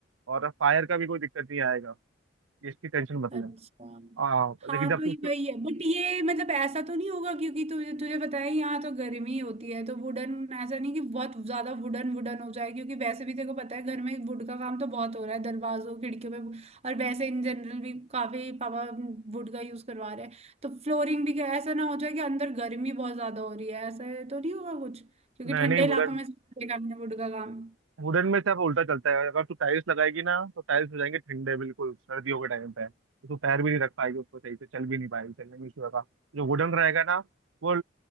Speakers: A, on the right (about 85°); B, on the right (about 30°).
A: और फायर का भी कोई दिक्कत नहीं आएगा इसकी टेंशन मतलब
B: अच्छा
A: हाँ
B: हाँ
A: लेकिन जब
B: तो
A: तू
B: ये
A: उसको
B: वही है बट ये मतलब ऐसा तो नहीं होगा क्योंकि तुझे तुझे पता है यहाँ तो गर्मी होती है तो वुडन ऐसा नहीं कि बहुत ज्यादा वुडन वुडन हो जाए क्योंकि वैसे भी तेरे को पता है घर में वुड का काम तो बहुत हो रहा है दरवाजों खिड़कियों पे और वैसे इन जनरल भी काफी पापा वुड का यूज करवा रहे हैं तो फ्लोरिंग भी क्या ऐसा ना हो जाए कि अंदर गर्मी बहुत ज्यादा हो रही है ऐसा तो नहीं होगा कुछ क्योंकि
A: नहीं
B: ठंडे
A: नहीं
B: इलाकों
A: वुडन
B: में सबसे काम है वुड का काम
A: वुडन में सिर्फ उल्टा चलता है अगर तू टाइल्स लगाएगी ना तो टाइल्स हो जाएंगे ठंडे बिल्कुल सर्दियों के टाइम पे तो तू पैर भी नहीं रख पाएगी उसको सही से चल भी नहीं पाएगी चलने में इशू होगा जो वुडन रहेगा ना वो